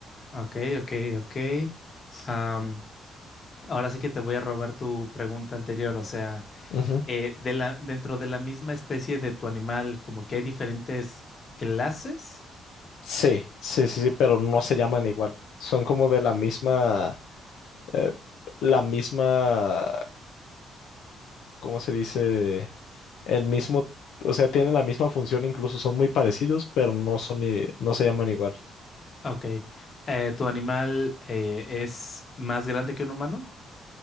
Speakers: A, on the left (about 45°); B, on the left (about 80°).
A: ok, ok, ok. Am, ahora sí que te voy a robar tu pregunta anterior. O sea,
B: Ujú.
A: eh, de la, dentro de la misma especie de tu animal, como que hay diferentes clases.
B: Sí, sí, sí, sí, pero no se llaman igual. Son como de la misma, eh, la misma, ¿cómo se dice? El mismo, o sea, tienen la misma función, incluso son muy parecidos, pero no son, i- no se llaman igual.
A: Ok. Eh, ¿tu animal eh, es más grande que un humano?